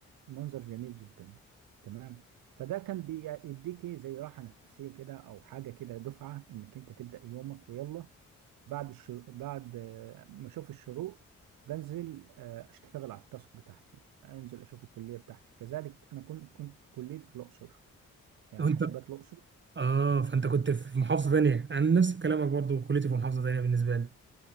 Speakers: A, on the right; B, on the right.
A: منظر جميل جدا تمام فده كان بيديك إيه زي راحة نفسية كده أو حاجة كده دفعة إنك أنت تبدأ يومك ويلا بعد الش... بعد آه، ما أشوف الشروق بنزل آه، أشتغل على التاسك بتاعتي أنزل أشوف الكلية بتاعتي كذلك أنا كنت كنت كليتي في الأقصر يعني
B: لو انت
A: حاسبات الأقصر
B: اه فانت كنت في محافظه ثانيه انا نفس كلامك برضو كليتي في محافظه ثانيه بالنسبه لي